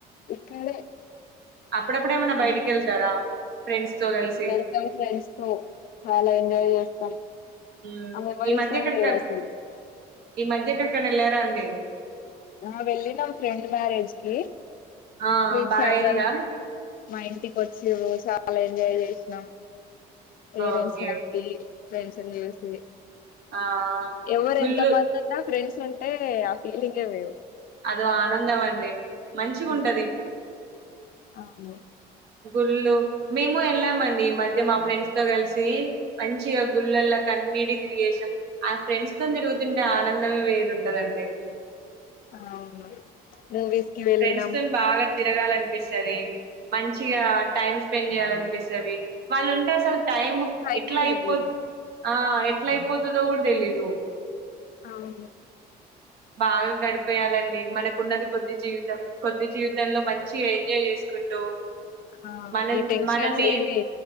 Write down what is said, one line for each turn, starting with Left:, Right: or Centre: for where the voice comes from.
Left: ఇక్కడే
Right: అప్పుడప్పుడేమన్నా
Left: మేము
Right: బయటికి వెళ్తారా ఫ్రెండ్స్ తో కలిసి
Left: వెళ్తాం ఫ్రెండ్స్ తో చాలా ఎంజాయ్ చేస్తా <inaudible>
Right: మ్మ్
Left: అమె వరిస
Right: ఈ మధ్య ఎక్కడిక
Left: వరాస
Right: ఈ మధ్య ఎక్కడికైన ఎల్లారా అండి
Left: ఆ వెళ్ళినాం ఫ్రెండ్ మ్యారేజ్ కి
Right: ఆ
Left: ఫ్రెండ్స్
Right: బాగాయిందా
Left: అందరు మా ఇంటికి వచ్చినం చాలా ఎంజాయ్ చేసినం పేరెంట్స్
Right: ఓకే
Left: హ్యాపీ ఫ్రెండ్స్ నీ చేసింది
Right: ఆ
Left: ఎవరు
Right: గుళ్ళు
Left: ఎంత మందునా ఫ్రెండ్స్ ంటే ఆ ఫీలింగే వేరూ
Right: అదో ఆనందం అండి మంచిగుంటది
Left: హ్మ్. అవును
Right: గుళ్ళు మేము కూడా వెళ్ళామండి ఈ మధ్య మా ఫ్రెండ్స్ తో కలిసి మంచిగా గుళ్ళలా కన్నీటికి తిరిగేసాం ఆ ఫ్రెండ్స్ తో తిరుగుతుంటే ఆనందమే వేరుంటదండి
Left: అవును మూవీస్ కి వెళ్ళినాం
Right: ఫ్రెండ్స్ తోని బాగా తిరగాలనిపిస్తది మంచిగా టైమ్ స్పెండ్ చేయాలనిపిస్తది వాళ్ళు ఉంటే అసలు టైం
Left: టైమే
Right: ఎట్లా అయిపోద్
Left: తెలీదు
Right: ఆ ఎట్లా అయిపోతదో కూడా తెలీదు
Left: అవును
Right: బాగా గడిపేయాలండి మనకున్నది కొద్ది జీవితం కొద్ది జీవితంలో మంచిగ ఎంజాయ్ చేసుకుంటూ
Left: ఆ
Right: మనం
Left: ఈ టెన్షన్స్
Right: మనని
Left: ఏవి